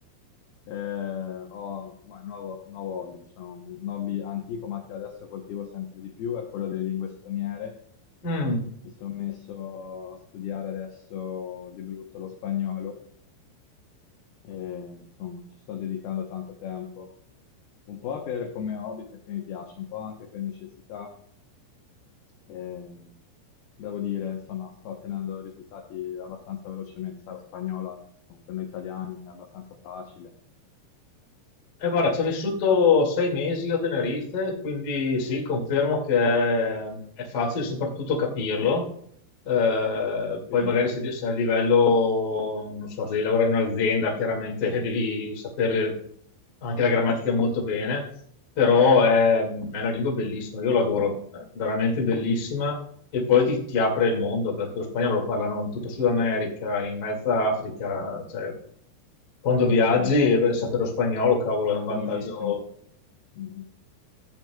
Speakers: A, on the left; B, on the left.
A: Eh, ho ma, un nuovo, un nuovo hobby, diciamo, un hobby antico, ma che adesso coltivo sempre di più, è quello delle lingue straniere.
B: Mm.
A: Mi sono messo a studiare adesso di brutto lo spagnolo e insomma ci sto dedicando tanto tempo. Un po' per, come hobby perché mi piace, un po' anche per necessità. Eh, devo dire, insomma, sto ottenendo risultati abbastanza velocemente. Sarà spagnola, insomma, per noi italiani è abbastanza facile.
B: Eh, guarda,
A: Eh,
B: ci ho vissuto sei mesi a Tenerife, quindi sì, confermo che è, è facile soprattutto capirlo. Eh, poi
A: sì,
B: magari se, se a livello, non so, se devi lavorare in un'azienda, chiaramente <laughs> devi sapere anche la grammatica molto bene, però è, è una lingua bellissima, io l'adoro, è veramente bellissima e poi ti, ti apre il mondo perché lo spagnolo lo parlano in tutta Sud America, in mezza Africa, cioè quando viaggi
A: sì,
B: eh,
A: sì.
B: sapere lo spagnolo, cavolo,
A: È
B: è un vantaggio
A: comodissimo, Mm,